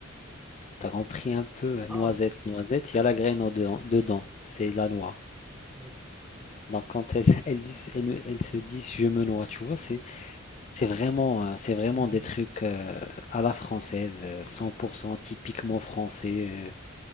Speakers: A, on the left; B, in the centre.
A: T'as compris un peu, euh,
B: Ah,
A: noisette, noisette, il y a la graine en dedans, dedans, c'est la noix.
B: oui, oui.
A: Donc, quand elle, <laughs> elle dit, elle, elle se dit je me noie, tu vois, c'est, c'est vraiment, euh, c'est vraiment
B: <laughs>
A: des trucs euh, à la française, euh, 100% typiquement français. euh.